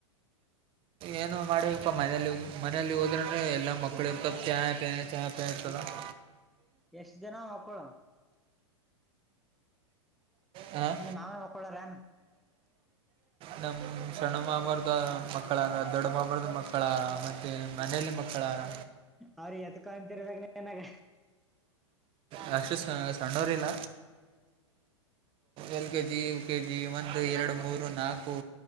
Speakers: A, on the right; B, in the centre.
A: ಏನು ಮಾಡಬೇಕಪ್ಪಾ ಮನೇಲಿ ಮನೇಲಿ ಹೋದ್ರ್ರೆ ಎಲ್ಲಾ ಮಕ್ಳು ಇರ್ತ ಚಾ ಪ ಚಾ ಪೇ ಅಲ್ಲ <inaudible>
B: ಎಷ್ಟು ಜನ ಮಕ್ಕಳು
A: ಹಾಂ
B: ನಿ ಮಾಮ ಒಕ್ಕಳ ರನು
A: ನಮ ಸಣ್ಣ ಮಾಬಾರದ ಮಕ್ಕಳ ದೊಡ್ಡ ಮಾಬಾರದ ಮಕ್ಕಳ ಮತ್ತೆ ಮನೇಲಿ ಮಕ್ಕಳ ಮಕ್ಕಳ
B: ಅವ್ರಿಗೆ ಎತ್ಕೊಂತಿರ್ಬೇಕ ನನಗ
A: ನೆಸ ಸಿಸಿ ಸಣ್ಣೋರಿಲ್ಲ
B: <unintelligible>
A: L K G K G ಒಂದು ಎರಡು ಮೂರು ನಾಕು